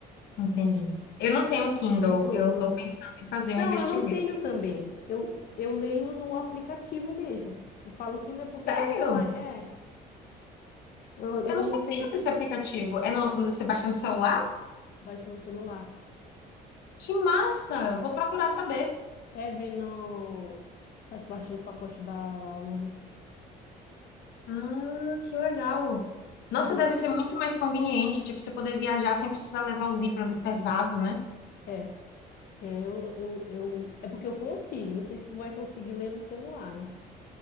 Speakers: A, on the left (about 80°); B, on the left (about 65°).
A: entendi. Eu não tenho Kindle,
B: E tu,
A: eu
B: não?
A: estou pensando em fazer
B: Não,
A: um investimento.
B: eu não tenho também. Eu, eu leio no aplicativo mesmo. Eu falo Kindle porque
A: Sério?
B: é online. É, eu, eu
A: Eu
B: não
A: não sabia
B: tenho.
A: desse aplicativo. É no, no, você baixa no celular?
B: Baixa no celular.
A: Que massa! Vou procurar saber.
B: É, vem no... Faz parte do pacote da Amazon.
A: Ah, que legal. Nossa,
B: Do...
A: deve ser muito mais conveniente, tipo, você poder viajar sem precisar levar o livro ali pesado, né?
B: É, é, eu, eu, eu... é porque eu consigo. Não sei se tu vai conseguir ler no celular, né?